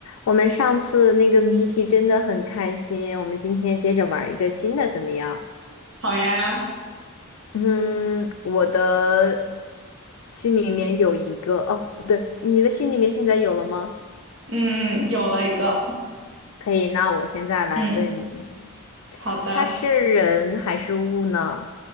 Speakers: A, on the left; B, on the right.
A: 我们上次那个谜题真的很开心，我们今天接着玩一个新的怎么样？
B: 好呀，
A: 嗯，我的心里面有一个，哦，不对，你的心里面现在有了吗？
B: 嗯，有了一个，
A: 可以，那我现在来问你，
B: 嗯好的，
A: 它是人还是物呢？